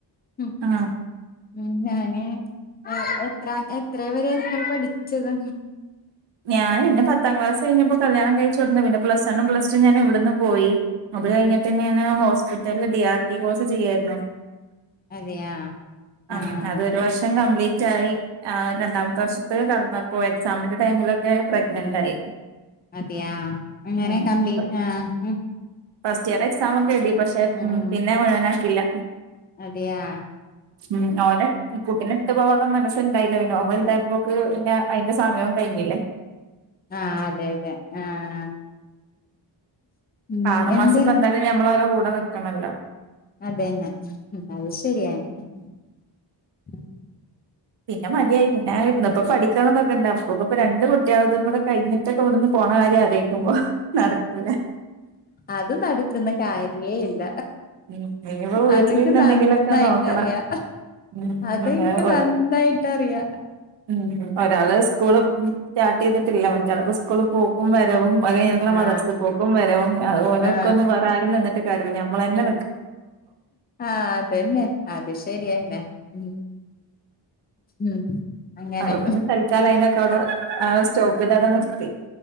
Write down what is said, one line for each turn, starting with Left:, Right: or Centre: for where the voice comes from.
Left: ഉം
Right: ആഹ്
Left: ഉം ഞാന് എത്ര എത്രയ വരെയ നിങ്ങൾ പഠിച്ചത്
Right: ഞാൻിെ പത്താം ക്ലാസ് കഴിഞ്ഞപ്പോ കല്യാണം കഴിച്ചുോടന്ന് പിന്നെ പ്ലസ് വണ്ണും പ്ലസ ടു ഞാൻ ഇവിടുന്ന് പോയി അത് കഴിഞ്ഞിട്ട് ഞാാന് ഹോസ്പിറ്റല ഡി ആർ ടി കോഴ്സ് ചെയ്യായിരുന്നു
Left: അതെയാ
Right: ആ
Left: ആഹ്
Right: അത്രു വർഷം കംപ്ലീറ്റ് റ്റായി അവൻ രണ്ടാമത്തെ വർഷത്ക്ക് കടന്നപ്പോ എക്സാമിന്റെ ടൈമിലൊക്കെ പ്രെഗ്നന്റ് ആയി
Left: അതെ യാ അങ്ങനെ
Right: ഉം
Left: കംപ്ലീറ്റ് ആ ഹും
Right: ഫസ്റ്റ് ഇയർ എക്സാം ഒക്കെ എഴുതി പക്ഷെ
Left: ഉം
Right: പിന്നെ മുഴുവനാക്കില്ല
Left: അതെയാ
Right: <unintelligible> ഉം ഓനെ കുട്ടിനെ ഇട്ട് പോവാള്ള മനസ് ണ്ടായില്ലാ പിന്നെ ഓൻ വൽതായപ്പോക്ക് പിന്നെ അയിന്റെ സമയവും കഴിഞ്ഞില്ലേ
Left: ആഹ് അതെ അതെ ആഹ് ഉം
Right: ആറു
Left: എന്ത്
Right: മാസപ്പന്തായാലും ഞമ്മളോലെ കൂടെ നിക്കണല്ലോ
Left: അതെന്നെ അത് ശരിയാണ്. <inaudible>
Right: പിന്നെ മതിയായി പിന്നെ <unintelligible> ഇപ്പൊ പഠിക്കണംന്നൊക്കെണ്ട ഇപ്പൊ പഠിക്കണംന്നൊക്കെണ്ട് അപ്പോക്കും ഇപ്പ രണ്ട് കുട്ടികൾതും കൂടെ കഴിഞ്ഞിട്ട് ഒക്കെവിടുന്ന് പോണ കാര്യം ആലോയിക്കുമ്പോ നടക്കൂല
Left: അത് നടക്കുന്ന കാര്യേ അല്ല.
Right: ഉം ഇനിയിപ്പോ വീട്ടിലിരുന്ന്
Left: അതെക്കെ നന്നായിട്ടറിയാ
Right: എന്തെങ്കിലുമൊക്കെ നോക്കണം ഉം
Left: അത്ൻക്ക് നന്നായിട്ടറിയ.
Right: ഉം ഒരാള് സ്കൂള് സ്റ്റാർട്ട് ചെയ്തിട്ടില്ല മറ്റാൾക്ക് സ്കൂള് പോക്കും വരവും അപ്പത് കൈഞ്ഞ്ള്ള
Left: ആഹ്
Right: മദ്രസ് പോക്കും വരവും ഒനൊക്ക
Left: ആഹ്
Right: ഒന്നും വേറെ ആരും നിന്നിട്ട് കാര്യല്ല ഞമ്മള് തന്നെ
Left: ആഹ് അതെന്നെ അതെ ശരിയന്നെ. ഉം ഉം അങ്ങനെ
Right: അപ്പൊ പിന്നെ തൽക്കാല അയിനൊക്കെ അവിടെ സ്റ്റോപ്പ് ചെയ്താണ്ട് നിർ ത്തി